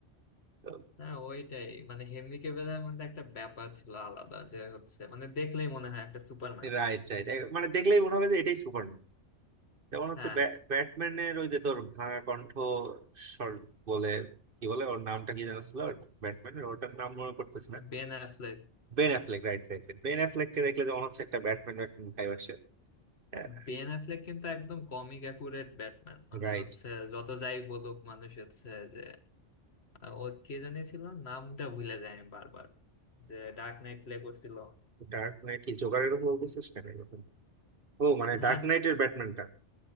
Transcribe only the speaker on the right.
তো
রাইট রাইট মানে দেখলেই মনে হবে যে এটাই সুপারম্যান যেমন হচ্ছে
ব্যা- ব্যাটম্যানের ওই যে তোর ভাঙা কণ্ঠ স্বর বলে কি বলে ওর নামটা কি জানা ছিল ব্যাটম্যানের ওটার নাম মনে করতেছি না
Ben Affleck right right Ben Affleck কে দেখলে যেমন হচ্ছে একটা ব্যাটম্যান একটা ভাইব আসে হ্যাঁ,
রাইট
ডার্ক নাইট কি জোকারের উপর বলতেছিস কেন এরকম ও মানে
ডার্ক নাইটের ব্যাটম্যানটা